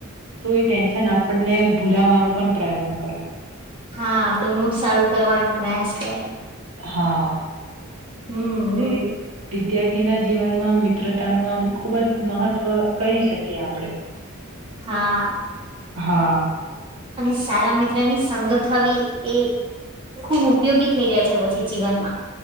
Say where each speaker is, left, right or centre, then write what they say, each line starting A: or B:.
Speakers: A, on the right; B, on the right.
A: તો એ ટેન્શન આપણ ને ભૂલાવાનું પ્રયત્ન કર
B: હા આપડું મૂડ સારું કરવાનો પ્રયાસ કરે
A: હા
B: હમ
A: એટલે વિદ્યાર્થીના જીવનમાં મિત્રતાનું આમ ખૂબ જ મહત્વ કહી શકીએ આપણે
B: હા
A: હા
B: અને સારા મિત્રની સંગત હવી એ ખુબ ઉપયોગી થઈ રહ્યા છે પછી જીવનમાં